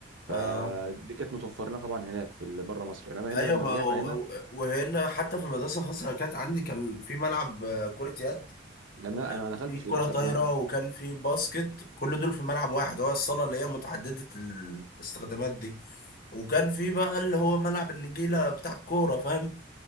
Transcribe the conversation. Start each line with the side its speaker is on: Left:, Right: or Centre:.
Right: فدي
Left: اه
Right: كانت متوفر لنا طبعا هناك في بره مصر انما
Left: ايوه
Right: هنا لما
Left: ما
Right: رجعنا
Left: هو-
Right: هنا
Left: وهنا حتى في المدرسه الخاصه اللي كانت عندي كان في ملعب آه، كره يد
Right: انا
Left: وكان
Right: انا ما دخلتش
Left: في كرة
Right: للاسف
Left: طايرة
Right: هنا
Left: وكان في باسكت كل دول في ملعب واحد هو الصالة اللي هي متعددة الاستخدامات دي وكان في بقى اللي هو ملعب النجيلة بتاع الكورة فاهم